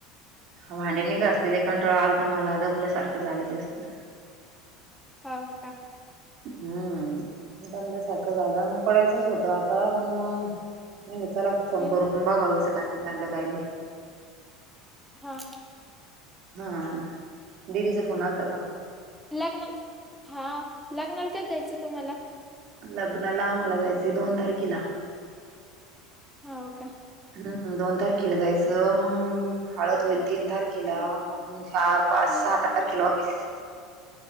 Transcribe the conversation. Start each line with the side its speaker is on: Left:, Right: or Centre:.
Right: भांडे नाही घासलेले कंटाळा आलत मला दमल्यासारखं झालं जास्त.
Centre: होव का
Right: हम्म, दमल्यासारखं झालं मंग पडायचच होतं आता पण मंग म्हणलं चला फोन
Centre: हम्म
Right: करून बघाव, हीच काय झालं काय नाही.
Centre: हा
Right: हा, दिदी चा फोन आलता का?
Centre: लग्न, हा लग्नाला कधी जायचं तुम्हाला?
Right: लग्नाला मला जायचंय, दोन तारखेला
Centre: होव का?
Right: हम्म, दोन तारखेला जायचं, मंग हळद होईल तीन तारीख खेला
Centre: हम्म
Right: मंग चार, पाच,
Centre: हम्म
Right: सहा तारखेला ऑफिस.